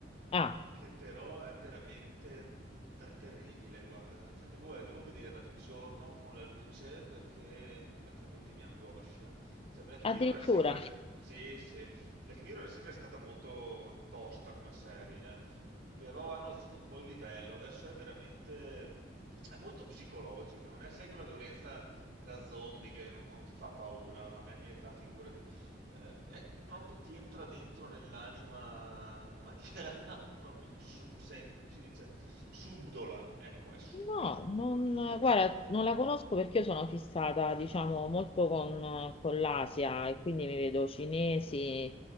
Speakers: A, on the left (about 30°); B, on the right (about 60°).
A: Ah,
B: che però è veramente ter- terribile, guarda, Cioè, devo, eh, devo vederla di giorno con la luce perché mm, altrimenti mi angoscia. Cioè, Black Mirror
A: addirittura.
B: è sempre... sì, sì. Black Mirror è sempre stata molto tosta come serie, eh. Però hanno alzato un po' il livello, adesso è veramente... è molto psicologica, non è, sai, quella violenza da zombie che non, non ti fa paura, ma a mia, mia età figurati eh, è proprio ti entra dentro nell'anima in maniera <laughs> proprio, su- se- come si dice, subdola, ecco, è subdola
A: No,
B: come
A: non,
B: tipo di violenza.
A: guarda, non la conosco perché io sono fissata, diciamo, molto con, con l'Asia e quindi mi vedo cinesi,